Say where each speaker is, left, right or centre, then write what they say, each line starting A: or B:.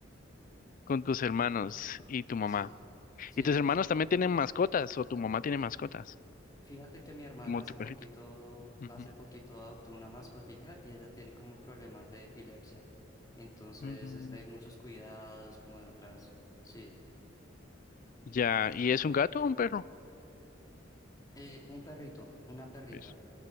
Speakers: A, on the left; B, on the left.
A: Con tus hermanos y tu mamá.
B: Sí, sí,
A: ¿Y tus
B: sí,
A: hermanos
B: sí.
A: también tienen mascotas o tu mamá tiene mascotas?
B: Fíjate que mi hermana
A: Como
B: hace
A: tu perrito.
B: poquito,
A: Ujú.
B: hace poquito adoptó una mascotica y ella tiene como problemas de epilepsia, entonces
A: Mm,
B: es de muchos cuidados, como de otras, sí.
A: Ya, ¿y es un gato o un perro?
B: Eh, un perrito, una perrita.
A: Es,